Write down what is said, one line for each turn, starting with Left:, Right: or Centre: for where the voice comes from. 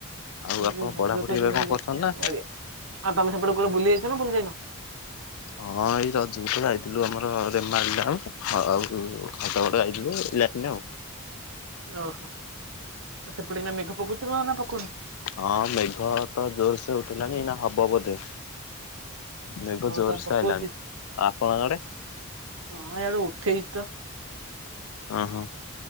Left: ଆଉ
Right: <unintelligible> ସେ
Left: ଆପଣ
Right: ମୋ
Left: ପଢାପଢି
Right: ଘରର ପାଖରେ
Left: ଏବେ କଣ
Right: ଅଳିଆ
Left: କରୁଛନ୍ତି
Right: <unintelligible>
Left: ନା?
Right: ତମେ ସେପଟେ କୁଆଡେ ବୁଲି ଯାଇଛ ନା ବୁଲି ଯାଇନ।
Left: ହଁ ଏଇ ରଜ କୁ ତ ଯାଇଥିଲୁ ଆମର ରେମାଲି ଡ୍ୟାମ୍ ଆଉ ହଦଗଡ ଯାଇଥିଲୁ <unintelligible> ଲାଇନ ଆଉ
Right: ଓହୋ ସେପଟେ ଏନା ମେଘ ପକଉଥିବ ନାଁ ପକଉନି।
Left: ହଁ ମେଘ ତ ଜୋରସେ ଉଠିଲାନି ଏନା ହବ ବୋଧେ। ମେଘ
Right: ହଉ
Left: ଜୋରସ
Right: ତାହେଲେ ପକଉଛି
Left: ଆଇଲାଣି ଆପଣ ଆଡେ।
Right: ହଁ ଏଆଡେ ଉଠେଇଛି ତ ‌।
Left: ଓ ହଁ